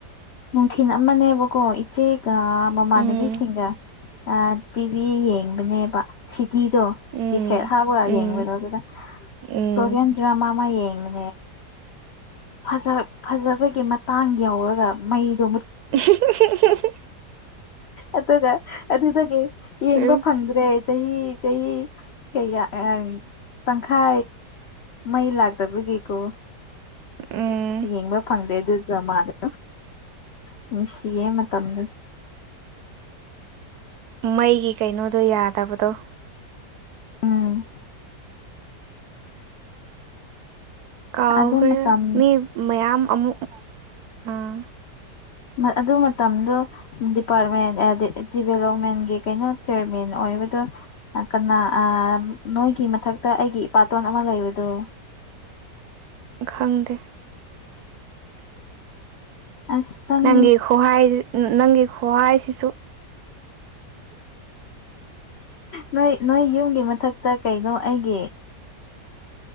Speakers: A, on the left (about 70°); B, on the right (about 70°).
A: ꯅꯨꯡꯊꯤꯜ ꯑꯃꯅꯦꯕꯀꯣ ꯏꯆꯦꯒ ꯃꯃꯥꯟꯅꯕꯤꯁꯤꯡꯒ
B: ꯎꯝ
A: ꯑꯖ ꯇꯤꯚ ꯌꯦꯡꯕꯅꯦꯕ ꯁꯤꯗꯤꯤꯗꯣ
B: ꯎꯝ
A: ꯀ ꯁꯦꯠ ꯍꯥꯕꯒ
B: ꯎꯝ
A: ꯌꯦꯡꯕꯤꯔꯣ ꯑꯗꯨꯗ
B: ꯎꯝ
A: ꯀꯣꯔꯤꯌꯥꯟ ꯗ꯭ꯔꯃꯥ ꯑꯃ ꯌꯦꯡꯕꯅꯦ ꯑꯖꯥ ꯐꯖꯕꯒꯤ ꯃꯇꯥꯡ ꯌꯧꯔꯒ ꯃꯩꯗꯣ
B: <unintelligible>
A: ꯑꯒ ꯑꯗꯨꯗꯗꯒꯦ ꯌꯦꯡꯒ
B: ꯎꯝ
A: ꯐꯪꯗ꯭ꯔꯦ ꯆꯍꯤ ꯆꯍꯤ ꯀꯩꯌꯥ ꯇꯪꯈ ꯃꯩ ꯂꯥꯛꯇꯕꯒꯦꯀꯣ
B: ꯎꯝ
A: ꯌꯦꯡꯕ ꯐꯪꯗꯦ ꯑꯗꯨ ꯗ꯭ꯔꯃꯥꯗ ꯅꯨꯡꯁꯤꯌꯦ ꯃꯇꯝꯗꯨꯣ
B: ꯃꯩꯒꯤ ꯀꯩꯅꯣꯗꯣ ꯌꯥꯗꯕꯗꯣ
A: ꯎꯝ
B: ꯀꯥꯎꯈ꯭ꯔꯦ
A: ꯑꯗꯨ ꯃꯇꯝ
B: ꯃꯤ ꯃꯌꯥꯝ ꯑꯃꯨꯛ ꯑꯥ
A: ꯍꯣꯌ ꯑꯗꯨ ꯃꯇꯝꯗꯣ ꯗꯤꯄꯥꯔꯠꯃꯦꯟ ꯗꯤꯚꯦꯂꯞꯃꯦꯟꯒꯤ ꯀꯩꯅꯣ ꯆꯤꯔꯃꯦꯟ ꯑꯣꯏꯕꯗꯣ ꯀꯅꯥ ꯅꯣꯏꯒꯤ ꯃꯊꯛꯇ ꯑꯩꯒꯤ ꯏꯄꯥꯇꯣꯟ ꯑꯃ ꯂꯩꯕꯗꯣ
B: ꯈꯪꯗꯦ
A: ꯑꯁ ꯅꯪ
B: ꯅꯪꯒꯤ ꯈꯨꯍꯥꯏ ꯅꯪꯒꯤ ꯈꯨꯍꯥꯏꯁꯤꯁꯨ
A: ꯅꯣꯏ ꯅꯣꯏ ꯌꯨꯝꯒꯤ ꯃꯊꯛꯇ ꯀꯩꯅꯣ ꯑꯩꯒꯤ